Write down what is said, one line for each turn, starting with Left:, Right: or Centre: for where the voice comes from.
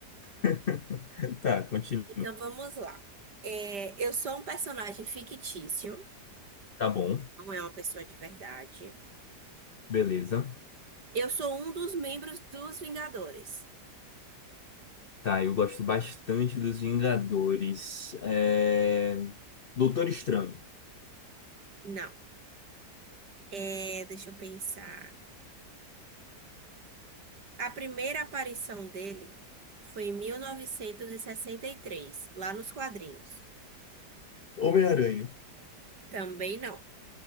Left: <laughs> Tá, continua.
Right: Então vamos lá. É, eu sou um personagem fictício,
Left: Tá bom,
Right: não é uma pessoa de verdade.
Left: beleza.
Right: Eu sou um dos membros dos Vingadores.
Left: Tá, eu gosto bastante dos Vingadores. É... Doutor Estranho.
Right: Não. É, deixa eu pensar. A primeira aparição dele foi em mil novecentos e e sessenta e três, lá nos quadrinhos.
Left: Homem-Aranha.
Right: Também não.